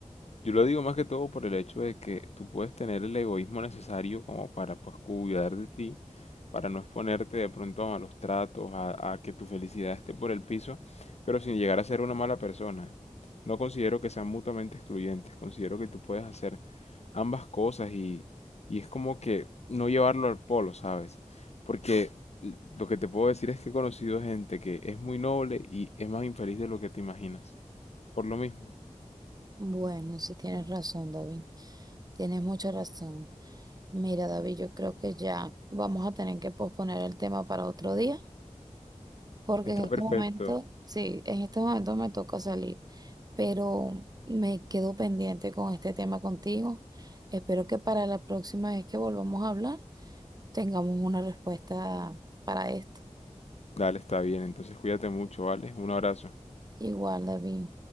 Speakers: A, on the left; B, on the right.
A: Yo lo digo más que todo por el hecho de que tú puedes tener el egoísmo necesario como para pues cuidar de ti, para no exponerte de pronto a malos tratos, a, a que tu felicidad esté por el piso, pero sin llegar a ser una mala persona. No considero que sean mutuamente excluyentes, considero que tú puedes hacer ambas cosas y, y es como que no llevarlo al polo, ¿sabes? Porque l- lo que te puedo decir es que he conocido gente que es muy noble y es más infeliz de lo que te imaginas. Por lo mismo.
B: Bueno, sí tienes razón, David. Tienes mucha razón. Mira, David, yo creo que ya vamos a tener que posponer el tema para otro día, porque
A: Está
B: en este
A: perfecto.
B: momento, sí, en este momento me toca salir, pero me quedo pendiente con este tema contigo. Espero que para la próxima vez que volvamos a hablar tengamos una respuesta para esto.
A: Dale, está bien. Entonces cuídate mucho, ¿vale? Un abrazo.
B: Igual, David.